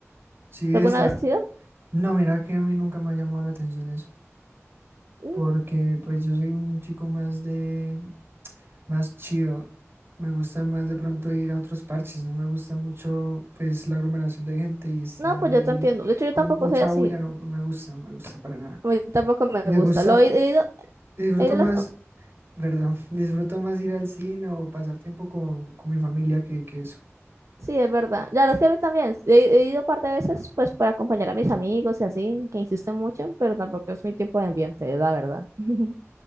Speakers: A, on the right; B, on the right.
A: Sí,
B: ¿Alguna
A: está.
B: vez has ido?
A: No, mira que a mí nunca me ha llamado la atención eso.
B: Mm,
A: porque pues yo soy un chico más de, más chido. Me gusta más de pronto ir a otros parches, no me gusta mucho pues la aglomeración de gente y estar
B: No, pues
A: ahí
B: yo te entiendo. De hecho, yo
A: con
B: tampoco
A: mucha
B: soy así.
A: bulla, no, no me gusta, no me gusta para nada.
B: A mí tampoco me
A: Me
B: gusta.
A: gusta,
B: Lo he, he ido,
A: disfruto
B: he ido las-
A: más, perdón, <laughs> disfruto más ir al cine o pasar tiempo con, con mi familia que, que eso.
B: Sí, es verdad. Ya, los que a mí también. He, he ido un par de veces, pues, para acompañar a mis amigos y así, que insisten mucho, pero tampoco es mi tiempo de ambiente, es la verdad. <laughs>